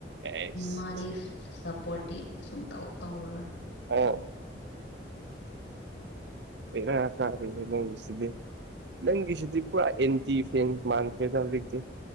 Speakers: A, on the right (about 70°); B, on the left (about 80°).
A: ꯑꯦꯁ
B: ꯃꯥꯗꯤ ꯁꯞꯄꯣꯔꯇꯤ ꯁꯨꯛ ꯇꯧ ꯇꯧꯔꯔꯣꯏ
A: ꯑꯣ ꯕꯦꯔꯥ ꯇꯥꯔꯤ‌ꯅꯣꯛꯁꯤꯗꯤ ꯅꯪꯒꯤꯁꯤꯗꯤ ꯄꯨꯔꯥ ꯑꯦꯟꯇꯤ ꯐꯦꯟꯁ ꯃꯥꯟꯈ꯭ꯔꯦꯗ ꯍꯧꯖꯤꯛꯇꯤ